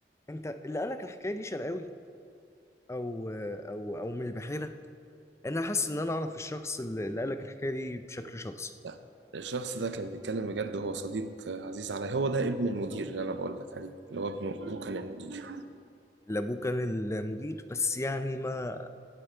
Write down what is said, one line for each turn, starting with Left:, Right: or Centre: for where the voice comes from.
Left: انت اللي قالك الحكايه دي شرقاوي او او او من البحيره انا حاسس ان انا اعرف الشخص اللي اللي قالك الحكايه دي بشكل شخصي
Right: لا الشخص ده كان بيتكلم بجد هو صديق آه، عزيز عليا هو ده ابن المدير اللي أنا بقول لك عليه اللي هو ابنه أبوه كان المدير
Left: اللي ابوه كان المدير بس يعني ما